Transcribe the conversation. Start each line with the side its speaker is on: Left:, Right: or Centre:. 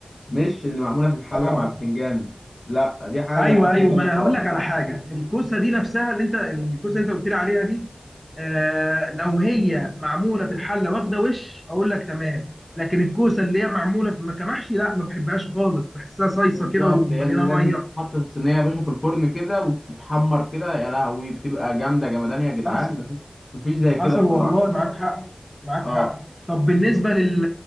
Left: مش اللي معمولة في الحلة
Centre: اه
Left: مع البتنجان لا دي حاجة
Centre: ايوه
Left: ودي
Centre: ايوه
Left: حاجة تانية
Centre: ما انا
Left: خالص
Centre: هقول لك على حاجه الكوسه دي نفسها اللي انت الكوسه اللي انت قلت لي عليها دي آه لو هي معموله في الحله واخده وش اقول لك تمام لكن الكوسه اللي هي معموله في م- كمحشي لا ما بحبهاش خالص بحسها صيصه
Left: بالظبط
Centre: كده ومليانه
Left: هي اللي لازم
Centre: ميه
Left: تتحط في الصينيه يا باشا في الفرن كده وتتحمر كده يا لهوي بتبقى جامده جمدان يا جدعان
Centre: حصل
Left: مفيش مفيش زي كده
Centre: حصل
Left: بصراحه
Centre: والله معاك حق معاك
Left: اه
Centre: حق طب بالنسبه لل